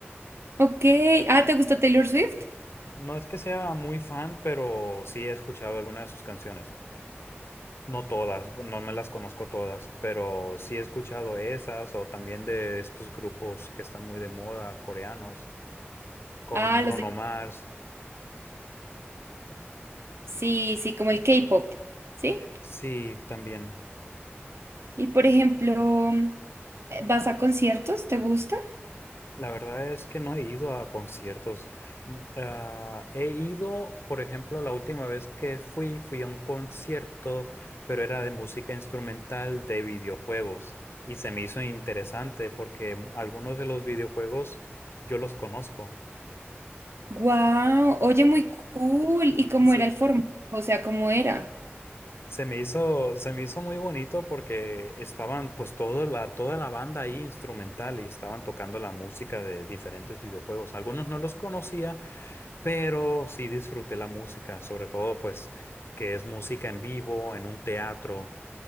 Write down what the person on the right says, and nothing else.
Ok. Ah, ¿te gusta Taylor Swift?
Ah,
los de...
Sí, sí, como el K-pop, ¿sí?
Y por ejemplo, eh, ¿vas a conciertos? ¿Te gusta?
Wow, oye, muy cool. ¿Y cómo
era el formato? O sea, ¿cómo era?